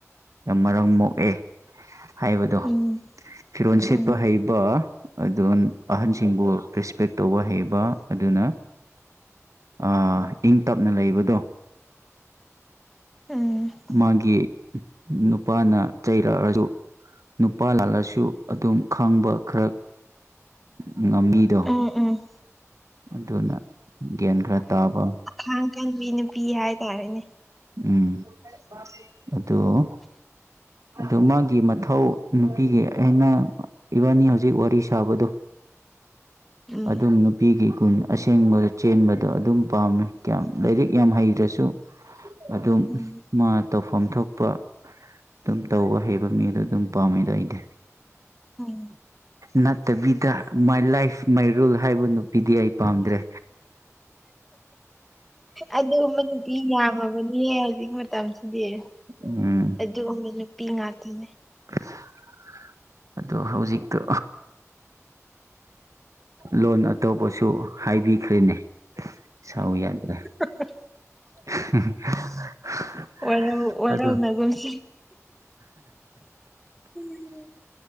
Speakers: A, on the right; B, in the centre.
A: ꯌꯥꯝ ꯃꯔꯥꯝ ꯃꯣꯛꯑꯦ ꯍꯥꯏꯕꯗꯣ
B: ꯎꯝ
A: ꯐꯤꯔꯣꯟ ꯁꯦꯠꯄ
B: ꯎꯝ
A: ꯍꯩꯕ ꯑꯗꯨꯟ ꯑꯍꯟꯁꯤꯡꯕꯨ ꯔꯦꯁꯄꯦꯛ ꯇꯧꯕ ꯍꯩꯕ ꯑꯗꯨꯅ ꯑꯥ ꯏꯪ ꯇꯞꯅ ꯂꯩꯕꯗꯣ
B: ꯎꯝ
A: ꯃꯥꯒꯤ ꯅꯨꯄꯥꯅ ꯆꯩꯔꯛꯑꯔꯖꯨ ꯅꯨꯄꯥ ꯂꯥꯛꯂꯁꯨ ꯑꯗꯨꯝ ꯈꯪꯕ ꯈꯔ ꯎꯝ ꯉꯝꯃꯤꯗꯣ
B: ꯎꯝ ꯎꯝ
A: ꯑꯗꯨꯅ ꯒ꯭ꯌꯦꯟ ꯈꯔ ꯇꯥꯕ
B: ꯑꯈꯥꯡ ꯀꯟꯕꯤ ꯅꯨꯄꯤ ꯍꯥꯏꯇꯥꯔꯦꯅꯦ
A: ꯎꯝ ꯑꯗꯣ ꯑꯗꯨ ꯃꯥꯒꯤ ꯃꯊꯧ ꯅꯨꯄꯤꯒꯤ ꯑꯩꯅ ꯏꯕꯥꯅꯤ ꯍꯧꯖꯤꯛ ꯋꯥꯔꯤ ꯁꯥꯕꯗꯣ
B: ꯎꯝ
A: ꯑꯗꯨꯝ ꯅꯨꯄꯤꯒꯤ ꯒꯨꯟ ꯑꯁꯦꯡꯕ ꯆꯦꯟꯕꯗꯣ ꯑꯗꯨꯝ ꯄꯥꯝꯃꯦ ꯀꯌꯥꯝ ꯂꯥꯏꯔꯤꯛ ꯌꯥꯝ ꯍꯩꯇ꯭ꯔꯁꯨ ꯑꯗꯨꯝ
B: ꯎꯝ
A: ꯃꯥ ꯇꯧꯐꯝ ꯊꯣꯛꯄ ꯑꯗꯨꯝ ꯇꯧꯕ ꯍꯩꯕ ꯃꯤꯗꯣ ꯑꯗꯨꯝ ꯄꯥꯝꯃꯤꯗ ꯑꯩꯗꯤ
B: ꯎꯝ
A: ꯅꯠꯇꯕꯤꯗ ꯃꯥꯏ ꯂꯥꯏꯐ ꯃꯥꯏ ꯔꯨꯜ ꯍꯥꯏꯕ ꯅꯨ ꯄꯤꯗꯤ ꯑꯩ ꯄꯥꯝꯗ꯭ꯔꯦ
B: ꯑꯗꯨꯒꯨꯝꯕ ꯅꯨꯄꯤ ꯌꯥꯝꯃꯕꯅꯤ ꯍꯧꯖꯤꯛ ꯃꯇꯝꯁꯤꯗꯤ ꯑ
A: ꯎꯝ
B: ꯑꯗꯨꯨꯒꯨꯝꯕꯤ ꯅꯨꯄꯤ ꯉꯥꯛꯇꯅꯦ
A: <unintelligible> ꯑꯗꯣ ꯍꯧꯖꯤꯛꯇꯣ ꯂꯣꯟ ꯑꯇꯣꯞꯄꯁꯨ ꯍꯥꯏꯕꯤꯈ꯭ꯔꯦꯅꯦ ꯁꯥꯎ ꯌꯥꯗ
B: ꯍꯥꯍꯥ
A: <unintelligible>
B: ꯋꯥꯔꯧ ꯋꯥꯔꯧꯅꯒꯨꯝꯁꯤ
A: ꯑꯗꯣ
B: <unintelligible>